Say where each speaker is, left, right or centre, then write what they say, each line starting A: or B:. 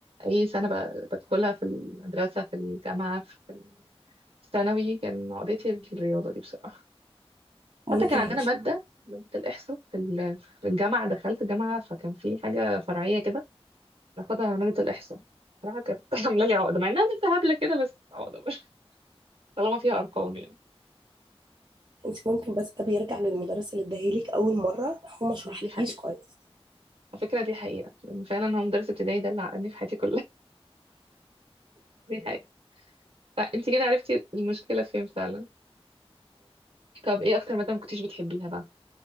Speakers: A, on the right; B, on the right.
A: اي سنة ب- بدخلها في المدرسة في الجامعة في الثانوي كان عقدتي الرياضة دي بصراحة
B: ممكن
A: حتى كان عندنا
B: علشان
A: مادة مادة الإحصاء في ال- في الجامعة دخلت جامعة فكان في حاجة فرعية كده باخدها عملية الإحصاء صراحة كانت <laughs> عاملة لي عقدة مع إنها بنت هبلة كده بس عقدة برضه طالما فيها أرقام يعني
B: أنت ممكن بس ده بيرجع للمدرس اللي اداهالك أول مرة هو ما شرحلكيش
A: دي حقيقة
B: كويس
A: على فكرة دي حقيقة لأن فعلا هو مدرس ابتدائي ده اللي عقدني في حياتي كلها <laughs> دي حقيقة فأنت كده عرفتي المشكلة فين فعلا طب إيه أكتر مادة ما كنتيش بتحبيها بقى؟